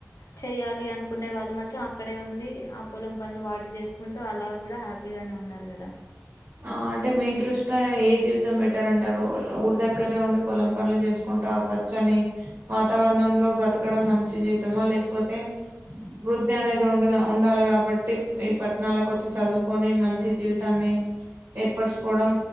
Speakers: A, on the left (about 85°); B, on the right (about 55°).
A: చెయ్యాలి అనుకునే వాళ్ళు మాత్రం అక్కడే ఉండి ఆ పొలం పనులు వాటి చేసు కుంటూ అలా గూడా హ్యాపీగానే ఉన్నారు గదా
B: ఆ అంటే మీ దృష్టా ఏ జీవితం బెటర్ అంటారు ఊరి దగ్గరే ఉండి పొలం పనులు చేసుకుంటా పచ్చని వాతావరణంలో బ్రతకడం అన్ జీవితమా లేకపోతే వృద్ధి అనేది ఉండ ఉండాలి గాబట్టి ఈ పట్టణాలకు వచ్చి చదువుకొని మంచి జీవితాన్ని ఏర్పరచుకోవడం